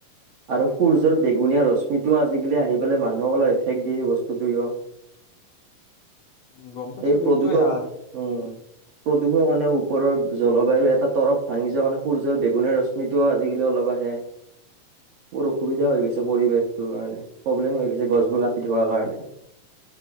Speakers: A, on the right; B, on the left.
A: আৰু সূৰ্যৰ বেঙুনীয়া ৰশ্মিটোও আজিকালি আহি পেলাই মানুহক অলপ এফেক্ট দিয়ে সেই বস্তুটোৱে
B: উম, গম পাইছো
A: এই প্ৰদূষক
B: সেইটোয়ে আ
A: উম সেতো কাৰনে ওপৰৰ জলবায়ুৰ এটা তৰফ ভাঙি যোৱা মানে সূৰ্যৰ বেঙুনীয়া ৰশ্মিৰ আজিকালি অলপ আহে বৰ অসুবিধা হৈ গৈছে পৰিৱেশটোৰ কাৰণে প্ৰব্লেম হৈ গৈছে গছবোৰ কাটি থকাৰ কাৰণে <inaudible>